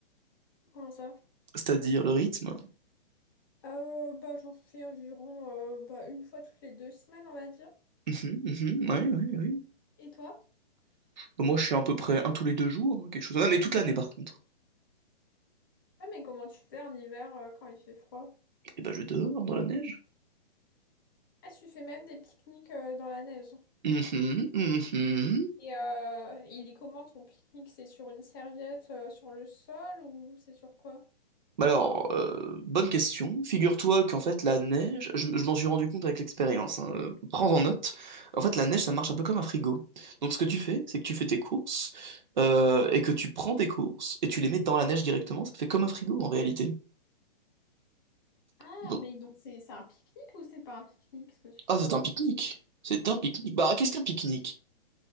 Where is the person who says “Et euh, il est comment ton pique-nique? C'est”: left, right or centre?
Left